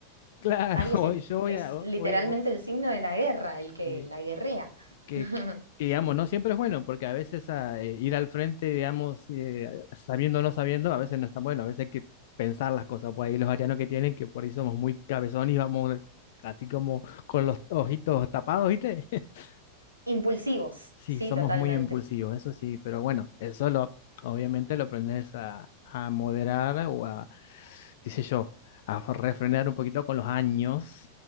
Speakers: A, on the left (about 55°); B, on the right (about 85°).
A: Claro,
B: Aries
A: <laughs> hoy
B: es,
A: yo voy
B: es
A: a. hoy-
B: literalmente
A: hoy- hoy-
B: el signo de la guerra, el que
A: sí.
B: la guerrea.
A: que,
B: <laughs>
A: que, digamos, no siempre es bueno, porque a veces ah, eh, ir al frente, digamos, eh, sabiendo o no sabiendo, a veces no es tan bueno, a veces hay que pensar las cosas, por ahí los arianos que tienen, que por ahí somos muy cabezones y vamos así como con los ojitos tapados, ¿viste? <laughs>
B: Impulsivos,
A: Sí,
B: sí,
A: somos
B: totalmente.
A: muy impulsivos, eso sí, pero bueno, eso lo, obviamente lo aprendes a, a moderar o a, qué sé yo, a refrenar un poquito con los años